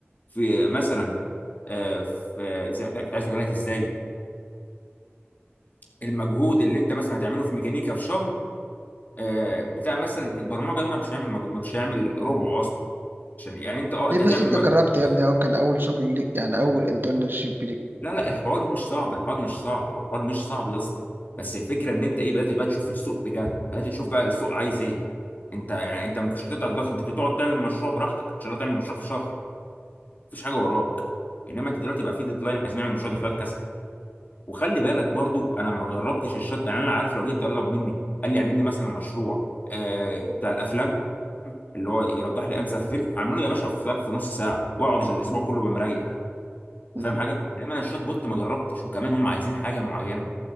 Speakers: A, on the left; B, on the right.
A: في مثلا آه في زي... لا كنت عايز اقول لك ازاي المجهود اللي انت مثلا هتعمله في ميكانيكا في شهر آه، بتاع مثلا البرمجه ده ما مش هيعمل مجهود مش هيعمل ربعه اصلا عشان يعني انت اه
B: ليه
A: انت
B: بس
A: هتعمل
B: انت
A: مجهود
B: جربت يا ابني اهو كان اول شغل ليك يعني اول انترنشيب ليك
A: لا لا الحوار مش صعب الحوار مش صعب هو الحوار مش صعب يا اسطى بس الفكره ان انت ايه بدات بقى تشوف السوق بجد بدات تشوف بقى السوق عايز ايه انت يعني انت ما كنتش هتقدر تضغط انت كنت تقعد تعمل مشروع براحتك ان شاء الله تعمل مشروع في شهر مفيش حاجه وراك انما انت دلوقتي بقى في ديدلاين احنا عايزين نعمل مشروع ده خلال كذا وخلي بالك برضو انا ما جربتش الشط يعني انا عارف لو جيت طلب مني قال لي اعمل لي مثلا مشروع آه بتاع الافلام اللي هو يرجح لي انسب فيلم اعمله له يا باشا في ظرف نص ساعه واقعد الاسبوع كله بمريح انت
B: مم.
A: فاهم حاجه انما انا الشوت بوت ما جربتش وكمان هم عايزين حاجه معينه